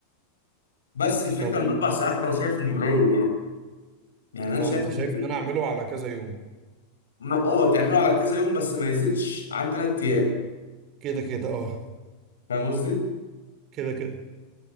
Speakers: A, on the left; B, on the right.
A: بس الفكره
B: طب وإن-
A: ان اربع ساعات انا شايف انه قليل يعني يعني
B: فأنت
A: انا شايف ان
B: شايف إن أنا أعمله على كذا يوم
A: ما- اه تعمله على كذا يوم بس ما يزيدش عن ثلاث ايام
B: كده كده آه
A: فاهم قصدي؟
B: كده كده